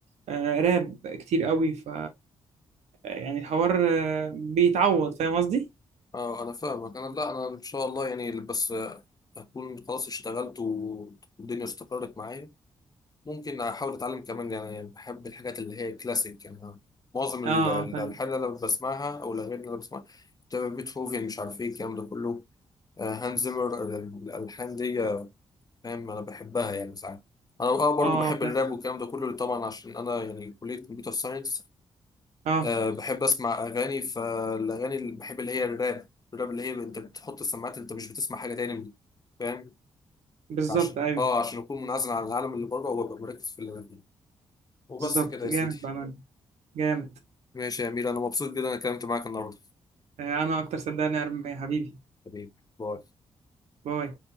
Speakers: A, on the right; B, on the left.
A: آه، راب كتير قوي ف يعني الحوار آه، بيتعوض فاهم قصدي
B: اه أنا فاهمك أنا لا أنا إن شاء الله يعني بس آه، هكون خلاص اشتغلت والدنيا استقرت معايا ممكن أحاول أتعلم كمان يعني بحب الحاجات اللي هي كلاسيك يعني أنا معظم
A: اه
B: ال- ال-
A: آه، فاهم
B: الألحان اللي أنا بسمعها أو الأغاني اللي أنا بسمعها بتبقى بيتهوفن مش عارف إيه الكلام ده كله آه، هانز زيمر الألحان دي فاهم انا بحبها يعني ساعات انا اه برضو
A: اه
B: بحب الراب
A: فاهم
B: والكلام ده كله طبعا عشان انا يعني كليه كمبيوتر ساينس
A: اه
B: أه بحب اسمع اغاني فالاغاني اللي بحب اللي هي الراب الراب اللي هي انت بتحط السماعات انت مش بتسمع حاجه تاني فاهم
A: بالظبط
B: عشان
A: ايوه
B: اه عشان اكون منعزل عن العالم اللي بره وابقى مركز في اللي أنا فيه وبس
A: بالظبط
B: كده يا
A: جامد
B: سيدي
A: بأمان جامد
B: ماشي يا امير انا مبسوط جدا انا اتكلمت معاك النهارده
A: آه، انا اكتر صدقني يا ارمي حبيبي
B: حبيبي باي
A: باي